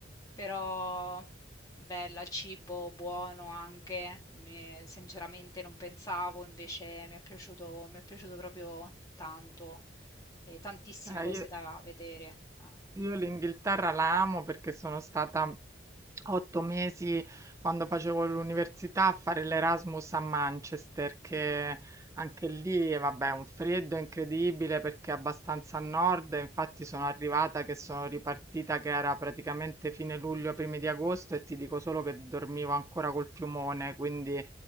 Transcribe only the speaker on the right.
Eh,
io-
Io l'Inghilterra la amo perché sono stata otto mesi quando facevo l'università a fare l'Erasmus a Manchester, che
anche lì, vabbè, un freddo incredibile perché è abbastanza a nord, e infatti sono arrivata che sono ripartita che era praticamente fine luglio, primi di agosto e ti dico solo che dormivo ancora col piumone, quindi...